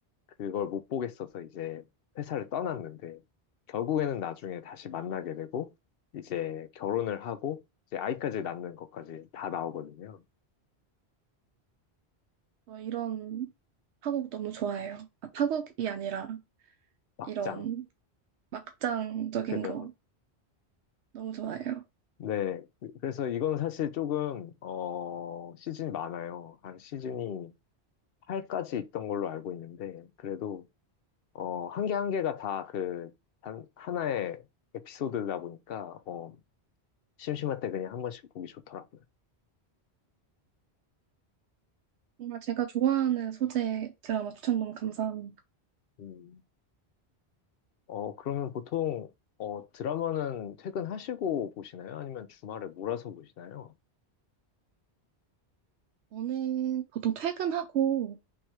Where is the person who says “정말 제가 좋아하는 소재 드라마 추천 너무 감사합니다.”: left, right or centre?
Right